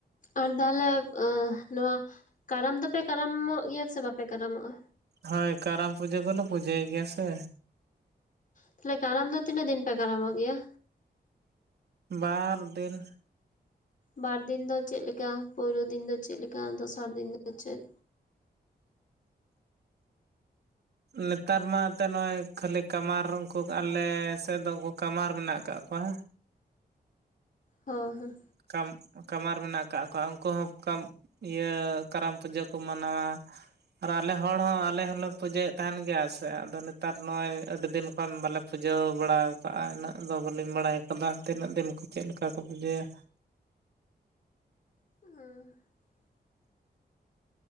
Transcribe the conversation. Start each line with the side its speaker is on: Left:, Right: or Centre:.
Left: ᱟᱨ ᱛᱟᱦᱚᱞᱮ ᱱᱚᱣᱟ ᱠᱟᱨᱟᱢ ᱫᱚᱯᱮ ᱠᱟᱨᱟᱢᱚᱜ ᱜᱮᱭᱟ ᱥᱮ ᱵᱟᱯᱮ ᱠᱟᱨᱟᱢᱚᱜᱼᱟ
Right: ᱦᱳᱭ ᱠᱟᱨᱟᱢ ᱯᱩᱡᱟᱹ ᱠᱚᱞᱮ ᱯᱩᱡᱟᱹᱭ ᱜᱮᱭᱟ ᱥᱮ
Left: ᱛᱟᱦᱞᱮ ᱠᱟᱨᱟᱢ ᱫᱚ ᱛᱤᱱᱟᱹᱜ ᱫᱤᱱ ᱯᱮ ᱠᱟᱨᱟᱢᱚᱜ ᱜᱮᱭᱟ
Right: ᱵᱟᱨ ᱫᱤᱱ
Left: ᱵᱟᱨ ᱫᱤᱱ ᱫᱚ ᱪᱮᱫ ᱞᱮᱠᱟ ᱯᱩᱭᱞᱳ ᱫᱤᱱ ᱫᱚ ᱪᱮᱫᱞ ᱞᱮᱠᱟ ᱫᱚᱥᱟᱨ ᱫᱤᱱ ᱫᱚ ᱪᱮᱫ
Right: ᱱᱮᱛᱟᱨ ᱢᱟ ᱮᱱᱛᱮ ᱱᱚᱜᱼᱚᱭ ᱠᱷᱟᱹᱞᱤ ᱠᱟᱢᱟᱨ ᱩᱱᱠᱩ ᱟᱞᱮ ᱥᱮᱫ ᱫᱚ ᱩᱱᱠᱩ ᱠᱟᱢᱟᱨ ᱢᱮᱱᱟᱜ ᱟᱠᱟᱫ ᱠᱚᱣᱟ
Left: ᱦ ᱦᱮᱸ
Right: ᱠᱟᱢ ᱠᱟᱢᱟᱨ ᱢᱮᱱᱟᱜ ᱟᱠᱟᱫ ᱠᱚᱣᱟ ᱩᱱᱠᱩ ᱦᱚᱸ ᱤᱭᱟᱹ ᱠᱟᱨᱟᱢ ᱯᱩᱡᱟᱹ ᱠᱚ ᱢᱟᱱᱟᱣᱟ ᱟᱨ ᱟᱞᱮ ᱦᱚᱲ ᱦᱚᱸ ᱟᱞᱮ ᱦᱚᱸᱞᱮ ᱯᱩᱡᱟᱹᱭᱮᱫ ᱛᱟᱦᱮᱱ ᱜᱮᱭᱟ ᱥᱮ ᱟᱫᱚ ᱱᱮᱛᱟᱨ ᱱᱚᱜ-ᱚᱭ ᱟᱹᱰᱤ ᱫᱤᱱ ᱠᱷᱚᱱ ᱵᱟᱞᱮ ᱯᱩᱡᱟᱹ ᱵᱟᱲᱟ ᱠᱟᱜᱼᱟ ᱤᱱᱟᱹᱜ ᱫᱚ ᱵᱟᱹᱞᱤᱧ ᱵᱟᱲᱟᱭ ᱠᱟᱫᱟ ᱛᱤᱱᱟᱹᱜ ᱫᱤᱱ ᱠᱚ ᱪᱮᱫ ᱞᱮᱠᱟ ᱠᱚ ᱯᱩᱡᱟᱹᱭᱟ
Left: ᱦ <unintelligible>